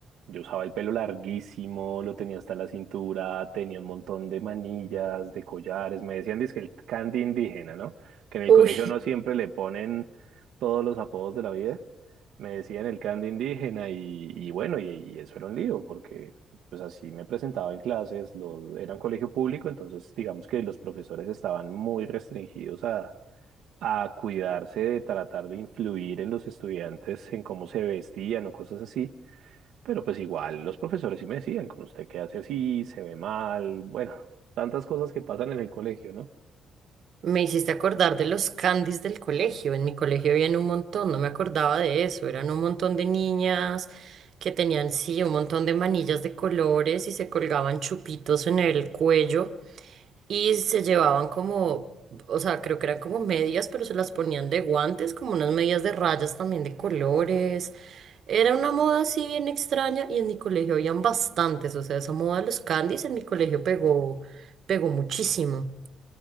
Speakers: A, on the right (about 75°); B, on the right (about 60°).
A: yo usaba el pelo larguísimo, lo tenía hasta la cintura, tenía un montón de manillas, de collares, me decían que el candy indígena, ¿no? Que en el
B: Uy,
A: colegio no siempre le ponen todos los apodos de la vida, me decían el candy indígena y, y bueno, y, y eso era un lío, porque pues así me presentaba en clases, lo, era un colegio público, entonces digamos que los profesores estaban muy restringidos a a cuidarse de tratar de influir en los estudiantes en cómo se vestían o cosas así, pero pues igual los profesores sí me decían, con usted qué hace así, se ve mal, bueno, tantas cosas que pasan en el colegio, ¿no?
B: <laughs> me hiciste acordar de los candies del colegio, en mi colegio habían un montón, no me acordaba de eso, eran un montón de niñas que tenían, sí, un montón de manillas de colores y se colgaban chupitos en el cuello. Y se llevaban como, o sea, creo que eran como medias, pero se las ponían de guantes, como unas medias de rayas también de colores. Era una moda así bien extraña y en mi colegio habían bastantes, o sea, esa moda de los candies en mi colegio pegó, pegó muchísimo.